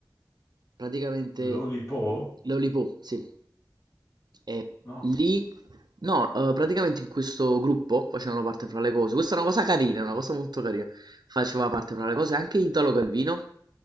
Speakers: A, on the right (about 65°); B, on the left (about 40°).
A: Praticamente
B: L'Olipo?
A: Lollipop, sì. E
B: No.
A: lì, no, eh, praticamente in questo gruppo facevano parte fra le cose. Questa è una cosa carina,
B: Mhm.
A: è una cosa molto carina. Faceva parte fra le cose anche Italo Calvino,